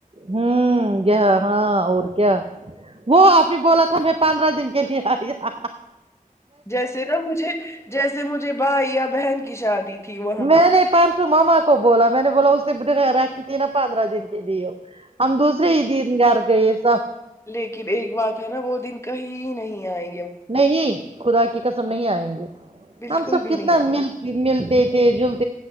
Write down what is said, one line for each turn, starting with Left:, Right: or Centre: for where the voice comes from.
Right: ہوں ہاں اور کیا وہ آپ نے بولا تھا میں پندرہ دن کے لیے آیا
Left: جیسے نا مجھے جیسے مجھے بھائی یا بہن کی شادی تھی وہاں
Right: میں نہیں پر ماما کو بولا میں نے بولا اس نے رھی تھی نا پندرہ دن کی دی ہو ہم دوسر ہی دن گھر گئے سب
Left: لیکن ایک بات ہے نا وہ دن کہیں نہیں آئی
Right: نہیں خدا کی سم نہیں آئیں گے
Left: بالکل
Right: ہم سب
Left: بھی
Right: کتنا
Left: نہیں آئیں
Right: مل
Left: گے
Right: ملتے <inaudible>